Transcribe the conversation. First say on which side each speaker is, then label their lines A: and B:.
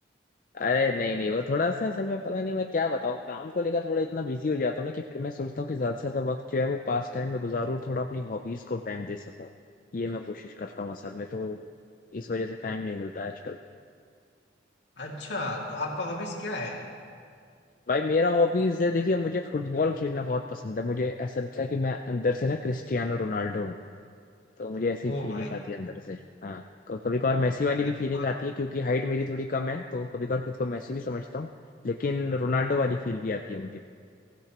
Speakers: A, on the left (about 45°); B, on the left (about 75°).
A: अरे नहीं नहीं वो थोड़ा सा असल में पता नहीं मैं क्या बताऊँ काम को लेकर थोड़ा इतना बिजी हो जाता हूँ ना कि फिर मैं सोचता हूँ कि ज्यादा से ज्यादा वक्त जो है वो पास टाइम में गुजारूँ और थोड़ा अपनी हॉबीज को टाइम दे सकूँ ये मैं कोशिश करता हूँ असल में तो इस वजह से टाइम नहीं मिलता है आजकल
B: अच्छा तो आपका हॉबीज क्या है
A: भाई मेरा हॉबीज है देखिए मुझे फुटबॉल खेलना बहुत पसंद है मुझे ऐसा लगता है कि मैं अंदर से ना क्रिस्टियानो रोनाल्डो हूँ तो मुझे ऐसी
B: ओ
A: फीलिंग
B: भाई
A: आती है अंदर से हाँ क- कभी कभार मैसी वाली
B: ये
A: भी
B: तो
A: फीलिंग
B: आप
A: आती है क्योंकि हाइट मेरी थोड़ी कम है तो कभी कभार खुद को मैसी भी समझता हूँ लेकिन रोनाल्डो वाली फील भी आती है मुझे